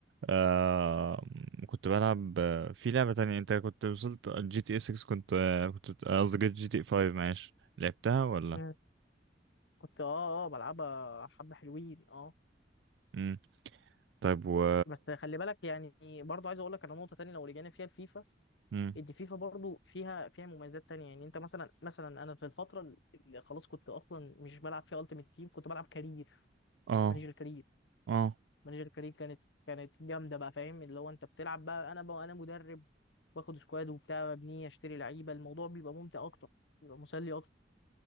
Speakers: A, on the right (about 75°); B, on the left (about 80°).
A: آه... كنت بلعب آه، في لعبة تانية انت كنت وصلت جي تي اي 6 كنت آه، كنت قصدي جي تي اي 5 معلش لعبتها ولا
B: مم. كنت اه اه بلعبها حبه حلوين اه
A: امم طيب و
B: بس خلي بالك يعني برضه عايز اقول لك على نقطه تانية لو رجعنا فيها الفيفا
A: امم
B: دي فيفا برضو فيها فيها مميزات تانية يعني انت مثلا مثلا انا في الفترة اللي خلاص كنت اصلا مش بلعب فيها التيمت تيم كنت بلعب كارير
A: اه
B: مانجر كارير
A: اه
B: مانجر كارير كانت كانت جامدة بقى فاهم اللي هو انت بتلعب بقى انا بقى انا مدرب باخد سكواد وبتاع ببنيه اشتري لعيبة الموضوع بيبقى ممتع اكتر بيبقى مسلي اكتر